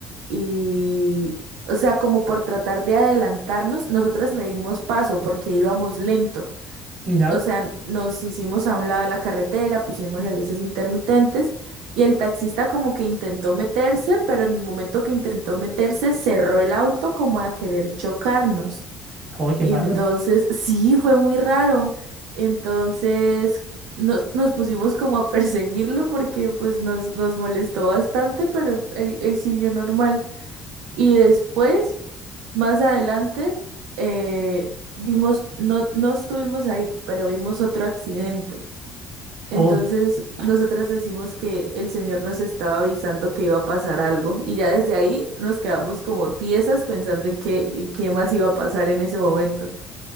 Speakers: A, on the right; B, on the right.
A: y, o sea, como por tratar de adelantarnos, nosotras le dimos paso porque íbamos lento.
B: ya.
A: O sea, nos hicimos a un lado de la carretera, pusimos las luces intermitentes y el taxista como que intentó meterse, pero en el momento que intentó meterse cerró el auto como a querer chocarnos.
B: Oh, qué
A: Entonces,
B: mal.
A: sí, fue muy raro. Entonces, nos, nos pusimos como a perseguirlo porque pues nos, nos molestó bastante, pero él, él- él siguió normal. Y después, más adelante, eh, vimos, no, no estuvimos ahí, pero vimos otro accidente. Entonces,
B: Oh,
A: nosotras decimos que el señor nos estaba avisando que iba a pasar algo y ya desde ahí nos quedamos como tiesas pensando en qué, en qué más iba a pasar en ese momento.